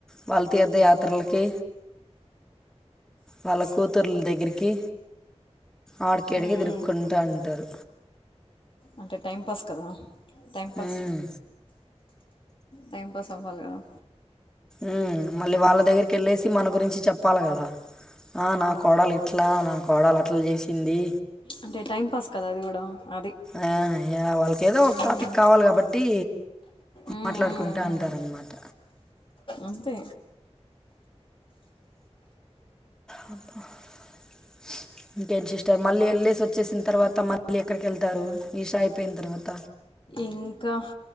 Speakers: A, in the centre; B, on the left (about 50°).
A: వాళ్ తీర్థయాత్రలకి వాళ్ల కూతుర్లా దేగ్గరికి ఆడికిడికి
B: ఉమ్.
A: తిరుకుంటా ఉంటారు
B: అంటే టైం పాస్ కదా టైం పాస్
A: ఉమ్.
B: టైం పాస్ అవ్వాలి గదా
A: ఉమ్మ్ మళ్లీ వాళ్ల దగ్గరికేళ్ళేసి మన గురించి చెప్పాల గదా ఆ నాక్ కోడలు ఇట్లా నా కోడలట్లా జేసింది
B: అంటే టైం పాస్ కదా అది గూడ అది
A: ఆ యా వాళ్లకేదో ఒక
B: ఉమ్,
A: టాపిక్ కావాలి గాబట్టి
B: ఉమ్,
A: మాట్లాడుకుంట
B: ఉమ్, ఉమ్.
A: అంటారన్నమాట
B: అంతే
A: హబా హూ ఇంకేం సిస్టర్ మళ్లీ ఏళ్లేసి వచ్చేసిన్ తర్వాత మళ్లీ ఎక్కడికి వెళ్తారు నిషా అయిపోయిన్ తర్వాత
B: ఇంకా